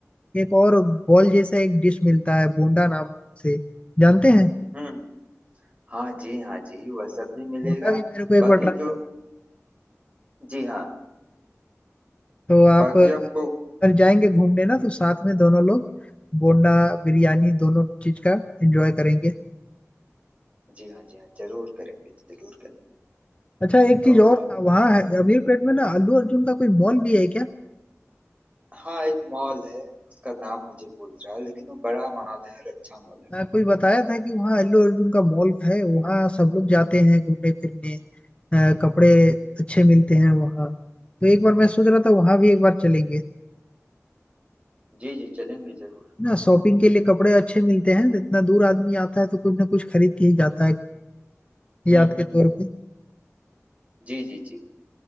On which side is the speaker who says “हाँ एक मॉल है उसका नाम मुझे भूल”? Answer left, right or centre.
Right